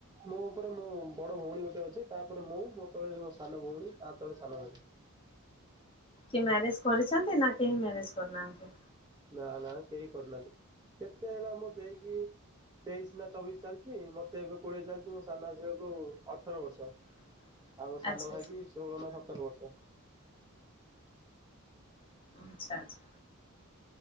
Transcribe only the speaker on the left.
କି ମ୍ୟାରେଜ କରିଛନ୍ତି ନା କେହି ମ୍ୟାରେଜ କରିନାହାନ୍ତି।
<inaudible>
ଆଚ୍ଛା
ଆଚ୍ଛା
ଆଚ୍ଛା ଆଚ୍ଛା।